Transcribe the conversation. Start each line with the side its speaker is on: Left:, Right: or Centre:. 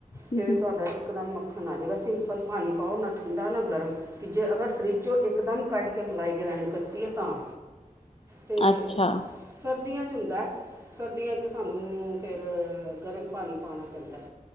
Left: ਹੂੰ,
Right: ਫਿਰ
Left: ਹੂੰ,
Right: ਤੁਹਾਡਾ ਇੱਕਦਮ ਮੱਖਣ ਆ ਜਾਵੇਗਾ। ਸਿੰਪਲ ਪਾਣੀ ਪਾਓ, ਨਾ ਠੰਡਾ ਨਾ ਗਰਮ। ਜੇ ਅਗਰ ਫਰਿਜ਼ ਚੋਂ ਇਕਦਮ ਕੱਢ ਕੇ ਮਲਾਈ ਗ੍ਰਇਡ ਕੀਤੀ ਹੈ ਤਾਂ। ਤੇ
Left: ਅੱਛਾ,
Right: ਸਰ ਹੁੰਦਾ ਸਰਦੀਆਂ ਵਿੱਚ ਸਾਨੂੰ ਫੇਰ ਗਰਮ ਪਾਣੀ ਪਾਉਣਾ ਪੈਂਦਾ ਹੈ।